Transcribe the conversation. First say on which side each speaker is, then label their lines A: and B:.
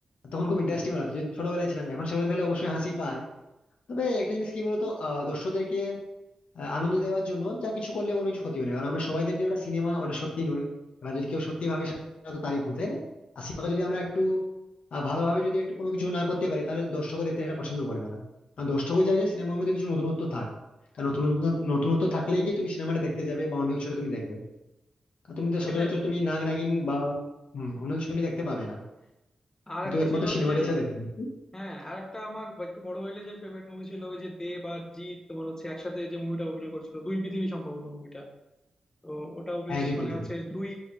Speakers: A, on the left (about 75°); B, on the left (about 25°).
A: তখন খুব ইন্টারেস্টিং লাগতো যদি ছোটবেলায় ছিলাম এখন সেগুলো দেখলে অবশ্যই হাসি পায় তবে একটা জিনিস কি বলতো আহ, দর্শকদেরকে আহ, আনন্দ দেওয়ার জন্য যা কিছু করলে কোনো কিছু ক্ষতি হয় না কারণ আমরা সবাই জানি যে ওটা সিনেমা ওটা সত্যি নয় এবার যদি কেউ সত্যি ভাবে সেটা তো তারই ভুল তাই না আর সিনেমাকে যদি আমরা একটু আহ, ভালোভাবে যদি একটু কোনো কিছু না করতে পারি তাহলে দর্শকও দেখতে সেটা পছন্দ করবে না কারণ দর্শকও চাই যে সিনেমার মধ্যে কিছু নতুনত্ব থাক কারণ নতুনত্ব নতুনত্ব থাকলেই গিয়ে তুমি সিনেমাটা দেখতে যাবে বা অন্য কিছুটা তুমি দেখবে কারণ তুমি তো
B: সেটাই
A: সচরাচর
B: বন্ধু
A: তুমি নাগ নাগিন বা হম অন্য কিছু তুমি দেখতে পাবে না
B: আর
A: কিন্তু
B: একটা
A: একমাত্র
B: ছিল ওই
A: সিনেমাটাই
B: যে
A: এসে দেখতে পাবে
B: হ্যাঁ আর একটা আমার একটু বড় হইলে যে ফেভারিট মুভি ছিল ওই যে দেব আর জিৎ তোমার হচ্ছে একসাথে যে মুভিটা অভিনয় করছিল দুই পৃথিবী সম্ভবত মুভিটা তো ওটাও বেশ
A: হ্যাঁ দুই
B: মানে
A: পৃথিবী
B: হচ্ছে দুই